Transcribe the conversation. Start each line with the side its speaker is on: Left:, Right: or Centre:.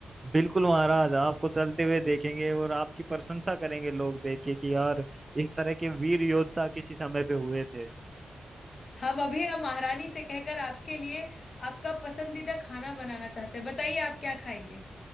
Right: बिल्कुल महाराज आपको चलते हुए देखेंगे और आपकी प्रशंसा करेंगे लोग देख के कि यार एक तरह के वीर योद्धा किसी समय पे हुए थे
Left: हम अभी आप महारानी से कहकर आपके लिए आपका पसंदीदा खाना बनाना चाहते हैं बताइए आप क्या खाएंगे